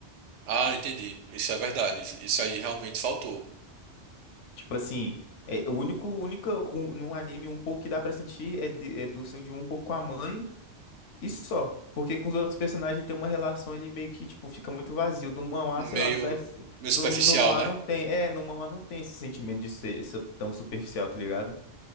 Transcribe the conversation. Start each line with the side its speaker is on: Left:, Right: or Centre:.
Right: Ah, entendi. Isso é verdade. Isso aí realmente faltou.
Left: Tipo assim, é, o único, única, um, num anime um pouco que dá pra sentir é, de, é do sangue de um pouco com a mãe E só. Porque com os outros personagens ele tem uma relação, ele meio que, tipo, fica muito vazio. No manhwa,
Right: Meio,
Left: sei lá, não dá esse...
Right: meio
Left: No,
Right: superficial,
Left: no, no manhwa
Right: né?
Left: não tem... É, no manhwa não tem esse sentimento de ser, ser tão superficial, tá ligado?